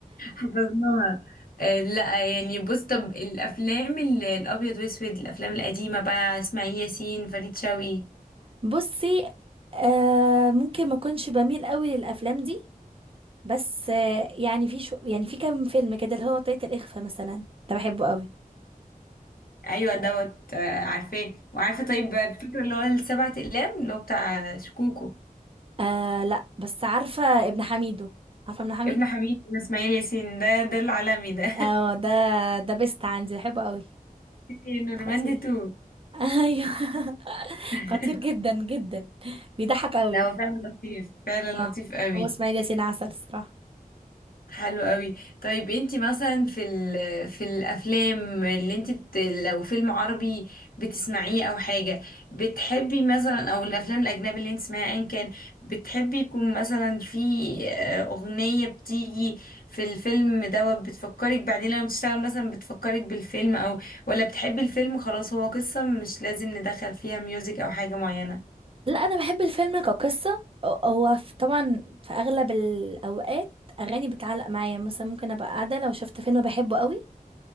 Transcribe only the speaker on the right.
بصي آه ممكن ما اكونش بميل قوي للافلام دي بس آه يعني في شو يعني في كام فيلم كده اللي هو طريقة الإخفاء مثلا ده بحبه قوي
آه لا بس عارفة ابن حميدو عارفة ابن حميدو
اه ده ده بيست عندي بحبه قوي
خطير
ايوه <laughs>
خطير جدا جدا بيضحك قوي
اه
هو اسماعيل ياسين عسل الصراحه
لا انا بحب الفيلم كقصه هو في- طبعا في اغلب الاوقات اغاني بتعلق معايا مثلا ممكن ابقى قاعده لو شفت فيلم بحبه قوي